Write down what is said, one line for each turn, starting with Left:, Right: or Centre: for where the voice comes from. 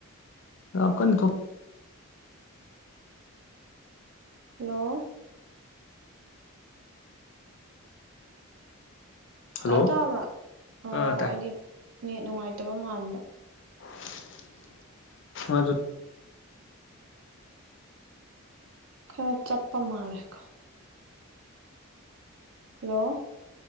Left: ꯌꯥꯝ ꯀꯟꯅ ꯊꫭꯛ
Right: ꯍꯜꯂꯣ
Left: ꯍꯜꯂꯣ
Right: ꯇ ꯇꯥꯕ꯭ꯔꯥ ꯑꯣ
Left: ꯑꯥ ꯇꯥꯏ
Right: ꯑꯩꯗꯤ ꯅꯦꯠ ꯅꯨꯡꯉꯥꯏꯇꯕ ꯃꯥꯟꯕ
Left: <unintelligible>
Right: ꯈꯔ ꯆꯞꯄ ꯃꯥꯂꯦꯀꯣ ꯍꯜꯂꯣ